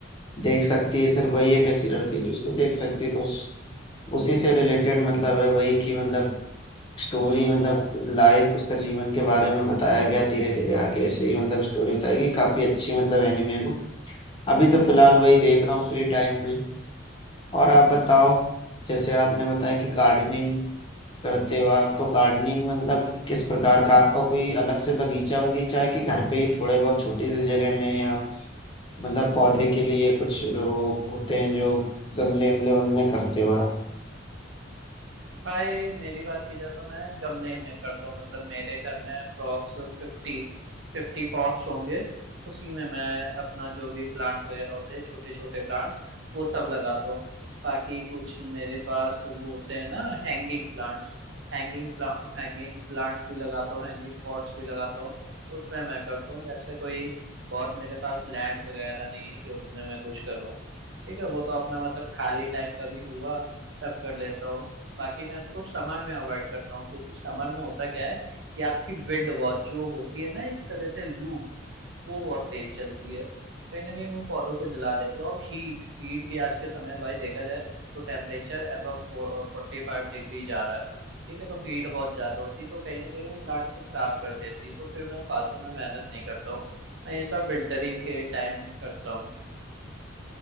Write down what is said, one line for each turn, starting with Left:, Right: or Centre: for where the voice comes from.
Left: देख सकती है सिर्फ वही एक ऐसी लड़की है जो उसको देख सकती है तो उस उसी से रिलेटेड मतलब है वही की मतलब स्टोरी मतलब लाइफ उसका जीवन के बारे में बताया गया धीरे धीरे आगे ऐसे ही मतलब स्टोरी बताई गई काफ़ी अच्छी मतलब एनिमे वो अभी तो फिलहाल वही देख रहा हूँ फ्री टाइम में और आप बताओ जैसे आपने बताया कि गार्डनिंग करते हो आप तो गार्डनिंग मतलब किस प्रकार का आपका कोई अलग से बगीचा बगीचा है कि घर पे ही थोड़े बहुत छोटी सी जगह में या मतलब पौधे के लिए कुछ वो होते हैं जो गमले वमले उनमें करते हो आप
Right: भाई मेरी बात की जाए तो मैं गमले में करता हूँ मतलब मेरे घर में अप्रोक्स फिफ्टी फिफ्टी पॉट्स होंगे उसी में मैं अपना जो भी प्लांट्स वगैरह होते हैं छोटे छोटे प्लांट्स वो सब लगाता हूँ बाकी कुछ मेरे पास वो होते हैं ना hanging plants Hanging plant hanging plants भी लगाता हूँ हैंगिंग पॉट्स भी लगाता हूँ उसमें मैं करता हूँ वैसे कोई बहुत मेरे पास लैंड वगैरह नहीं है कि उसमें मैं कुछ करूँ ठीक है वो तो अपना मतलब खाली टाइम कभी हुआ तब कर लेता हूँ बाकी मैं इसको समर में अवॉइड करता हूँ क्योंकि समर में होता क्या है कि आपकी विंड बहुत जो होती है ना एक तरह से लू वो बहुत तेज चलती है तो कहीं ना कहीं वो पौधों को जला देती है और हीट हीट भी आज के समय में भाई देखा जाए तो टेम्परेचर अबव फोर्टी फाइव डिग्री जा रहा है ठीक है तो हीट बहुत ज्यादा होती है तो कहीं ना कहीं वो प्लांट को खराब कर देती है तो फिर मैं फालतू में मेहनत नहीं करता हूँ मैं ये सब विंटर ही के टाइम करता हूँ